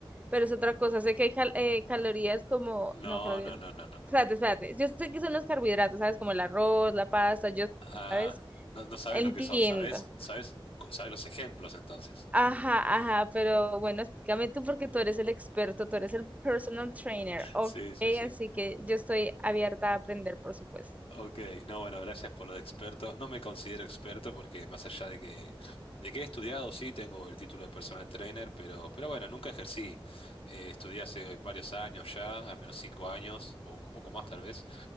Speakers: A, on the right (about 15°); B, on the left (about 80°).
A: pero es otra cosa. Sé que hay cal- eh, calorías como,
B: No,
A: no, calorías,
B: no,
A: no.
B: no, no, no, no.
A: Espérate, espérate. Yo sé que son los carbohidratos, ¿sabes? Como el arroz, la pasta, yo,
B: Ah,
A: ¿sabes?
B: no, no sabes
A: Entiendo.
B: lo que son, ¿sabes? ¿Sabes? ¿Sabes los ejemplos entonces?
A: Ajá, ajá, pero bueno, explícame tú porque tú eres el experto, tú eres el personal trainer, ok,
B: Sí, sí, sí.
A: así que yo estoy abierta a aprender, por supuesto.
B: Ok, no, bueno, gracias por lo de experto. No me considero experto porque más allá de que, de que he estudiado, sí, tengo el título de personal trainer, pero, pero bueno, nunca ejercí. Eh, estudié hace varios años ya, al menos cinco años, o un poco más tal vez.